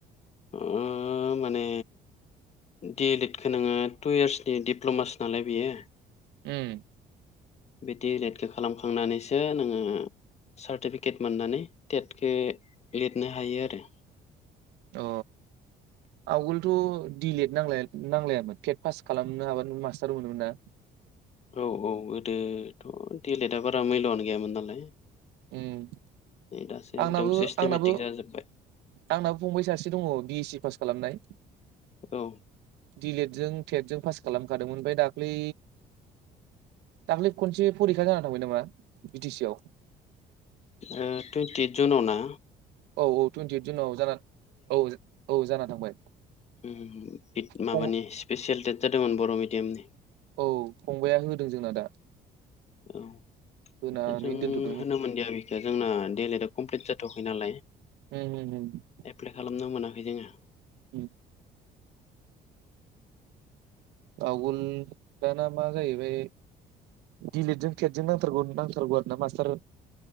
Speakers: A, on the left (about 40°); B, on the right (about 85°).
A: ओ माने डिए लेडखौ ङो टु इयार्सनि दिडिप्ल'मासो नालाय बियो
B: उम
A: बि डिलेडखौ खालामखांनानैसो नोङो सार्टिफिकेट मोननानै टेटखो लिरनो हायो आरो
B: अ आवगोलथ दिलेट नांलाया नांलायामोन टेट पास खालामनो हाबानो मास्टार मोनोमोन ना
A: औ औ गोदोथ देलेटआ बारा मैलआनो गैयामोन नालाय
B: उम
A: दासो एकदम
B: आंनाबो
A: सिस्टेमेटिक
B: आंनाबो
A: जाजोबबाय
B: आंनाबो फंबाय सासे दङ बि एस सि पास खालामनाय
A: औ
B: दिलेद जों टेटजों पास खालामखादोंमोन ओमफाय दाख्लै दाख्लै खनसे फरिखा जानानै थांबाय नामा बि टि सि आव
A: ओ टुइन्टि जुनावना
B: औ औ टुवन्टियइद जुनाव जाना औ औ जाना थांबाय
A: ओम बि माबानि
B: फं
A: स्पेसियेल टेट जादोंमोन बर मिडियामनि
B: औ फंबाया होदों जोंना दा
A: औ
B: होनानै
A: जों
B: दोनथ'दों उम
A: होनो मोनदिया बे जा जोंना दडेलिथ कमप्लिट जाथवाखै नालाय
B: हम हम हम
A: एप्लाइ खालामनो मोनाखै जोङो
B: उम आवगोल दाना मा जाहैबाय दिएलेटजों टेटजों नांथारगौ नांथारगौ आरो ना मास्टार